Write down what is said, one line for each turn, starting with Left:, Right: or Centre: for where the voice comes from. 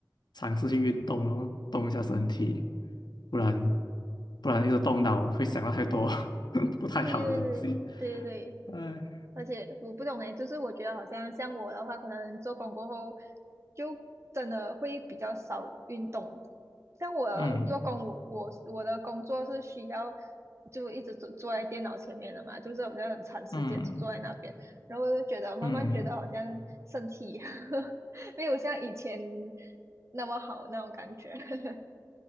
Left: 尝试去运动了动一下身体，不然不然一直动脑会想到太多 <laughs> 不太好的东西。
Right: 对对对对对对，
Left: 哎，
Right: 而且我不懂诶，就是我觉得好像像我的话，可能做工过后就真的会比较少运动。像我做工，
Left: 嗯
Right: 我我我的工作是需要就一直坐坐在电脑前面的嘛，就是好像很长时间坐在那边，
Left: 嗯
Right: 然后我就觉得慢慢觉得好像身体
Left: 嗯，
Right: <laughs> 没有像以前那么好那种感觉。<laughs>